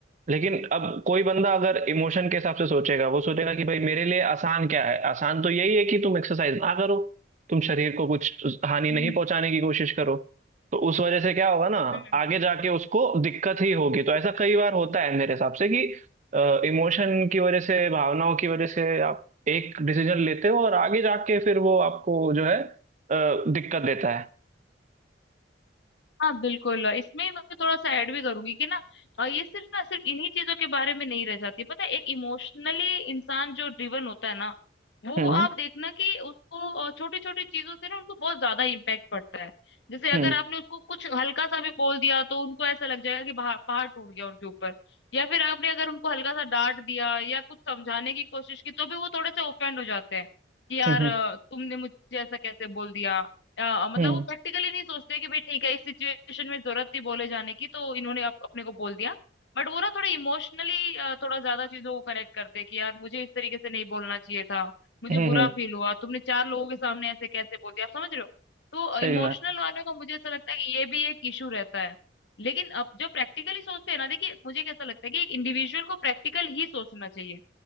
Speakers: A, on the right; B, on the left.
A: लेकिन अब कोई बंदा अगर इमोशन के हिसाब से सोचेगा वो सोचेगा कि भाई मेरे लिए आसान क्या है आसान तो यही है कि तुम एक्सरसाइज ना करो तुम शरीर को कुछ हानि
B: हम्म,
A: नहीं पहुंचाने की कोशिश करो तो उस वजह से क्या होगा ना
B: हम्म।
A: आगे जाके उसको दिक्कत ही होगी तो ऐसा कई बार होता है मेरे हिसाब से कि इमोशन की वजह से भावनाओं की वजह से आप एक डिसीजन लेते हो और आगे जाके फिर वो आपको जो है अ, दिक्कत देता है
B: हाँ बिल्कुल इसमें ही मैं थोड़ा सा ऐड भी करूंगी कि ना अ, ये सिर्फ ना सिर्फ इन्हीं चीजों के बारे में नहीं रह जाती पता है एक इमोशनली इंसान जो ड्रिवन होता है ना वो
A: हम्म
B: आप देखना कि उसको छोटी छोटी चीजों से ना उनको बहुत ज्यादा इम्पैक्ट पड़ता है जैसे अगर
A: हम्म
B: आपने उसको कुछ हल्का सा भी बोल दिया तो उनको ऐसा लग जाएगा कि बाहर पहाड़ टूट गया उनके ऊपर या फिर आपने अगर उनको हल्का सा डांट दिया या कुछ समझाने की कोशिश की तो भी वो थोड़े से ओफेंड हो जाते हैं कि यार
A: हम्म
B: अ, तुमने मुझे ऐसा कैसे बोल दिया अ, मतलब
A: हम्म
B: वो प्रैक्टिकली नहीं सोचते कि भाई ठीक है इस सिचुएशन में जरूरत थी बोले जाने की तो इन्होंने आप, अपने को बोल दिया बट वो ना थोड़ा इमोशनली थोड़ा ज्यादा चीजों को कनेक्ट करते हैं कि यार मुझे इस तरीके से नहीं बोलना चाहिए था मुझे
A: हम्म
B: बुरा
A: हम्म,
B: फील हुआ तुमने चार लोगों के सामने ऐसे कैसे बोल दिया आप समझ रहे हो तो
A: सही
B: इमोशनल
A: बात
B: वाले का मुझे ऐसा लगता है कि ये भी एक इशू रहता है लेकिन अब जो प्रैक्टिकली सोचते हैं ना देखिए मुझे कैसा लगता है कि एक इंडिविजुअल को प्रैक्टिकल ही सोचना चाहिए